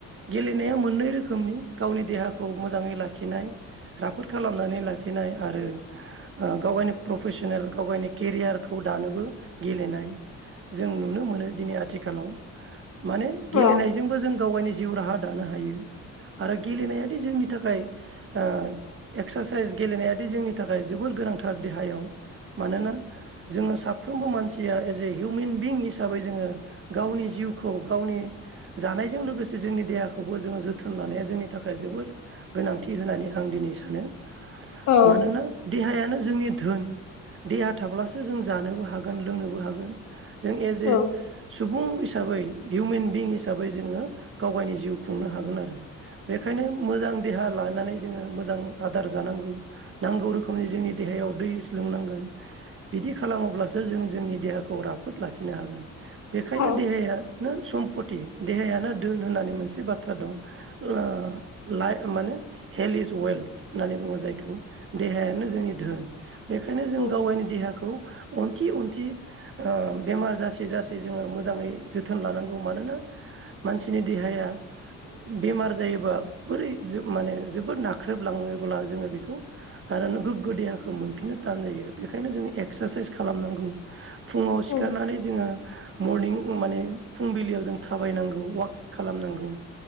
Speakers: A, on the right (about 45°); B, on the left (about 75°).
A: गेलेनाया मोननै रोखोमनि गावनि देहाखौ मोजाङै लाखिनाय राफोद खालामनानै लाखिनाय आरो गाव गायनि प्रफेसनेल गाव गायनि केरियार खौ दानोबो गेलेनाय जों नुनो मोनो दिनै आथिखालाव माने गेलेनायजोंबो
B: औ
A: जों गाव गायनि जिउ राहा दानो हायो आरो गेलेनायादि जोंनि थाखाय ओ एक्सारसाइस गेलेनायादि जोंनि थाखाय जोबोर गोनांथार देहायाव मानोना जोङा साफ्रोमबो मानसिया एस ए हिउमेन बिं हिसाबै जोङो गावनि जिउखौ गावनि जानायजों लोगोसे जोंनि देहाखौबो जोङो जोथोन लानाया जोंनि थाखाय जोबोद गोनांथि होननानै आं दिनै सानो।
B: औ
A: मानोना देहाया नो जोंनि धोन देहा थाब्लासो सो जों जानोबो हागोन लोंनोबो हागोन। जों एज
B: औ
A: ए सुबुं हिसाबै हिउमेन बिं हिसाबै जोङो गाव गायनि जिउ खुंनो हागोन आरो बेखायनो मोजां देहा लानानै जोङो मोजां आदार जानांगौ नांगौ रोखोमनि जोंनि देहायाव दै लोंनांगोन। बिदि खालामोब्लासो जों जोंनि देहाखौ राफोद लाखिनो हागोन। बेखायनो
B: औ
A: देहाया नो सम फथि देहायानो धोन होननानै मोनसे बाथ्रा दं ओ लाइ माने हेल्थ इज वेल्थ। होननानै बुङो जायखौ देहायानो जोंनि धोन। बेखायनो जों
B: औ
A: गाव गायनि देहाखौ अनथि अनथि ओ बेमार जासे जासे जोङो मोजाङै जोथोन लानांगौ मानोना मानसिनि देहाया बेमार जायोबा बोरै माने जोबोद नाख्रेबलाङोब्ला जोङो बेखौ आरो गोग्गो देहाखौ मोनफिननो थान जायो बेखायनो जोङो एक सारसाइस खालामनांगौ। फुङाव
B: औ
A: सिखारनानै जोङो मर्निं माने फुंबिलियाव जों थाबायनांगौ वाक खालामनांगौ